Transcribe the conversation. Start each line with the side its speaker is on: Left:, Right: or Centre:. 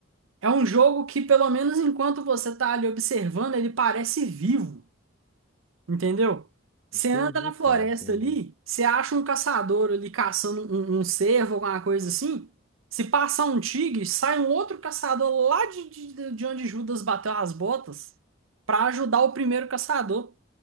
Right: é um jogo que, pelo menos enquanto você tá ali observando, ele parece vivo. Entendeu? Você
Left: entendi,
Right: anda na floresta
Left: cara, entendi.
Right: ali, você acha um caçador ali caçando um, um cervo, alguma coisa assim. Se passar um tigre, sai um outro caçador lá de, de, de onde Judas bateu as botas pra ajudar o primeiro caçador.